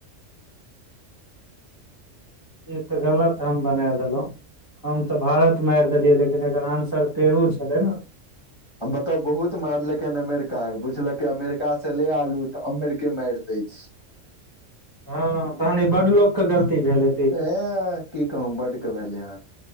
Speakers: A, on the right; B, on the left.
A: ई तऽ गलत हम बना देलहुं हम तऽ भारत मारि देलियै लेकिन एकर आंसर पेरू छलै ने
B: हम बताउ बहुत मारलक हन अमेरिका के बुझलक अमेरिका से ले आलू तऽ अमेरिके मारि दै छी
A: हँ तहन ई बड लोक के गलती भेलै
B: ए की कहू बड के भेले हन